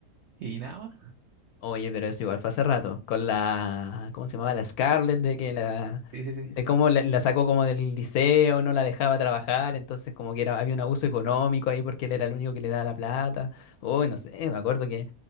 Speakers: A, on the right; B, on the left.
A: y nada más.
B: Oye, pero eso igual fue hace rato, con la, ¿cómo se llamaba? La Scarlett, de que la,
A: Sí, sí, sí.
B: de cómo la, la sacó como del liceo, no la dejaba trabajar, entonces como que era, había un abuso económico ahí porque él era el único que le daba la plata. Uy, no sé, me acuerdo que,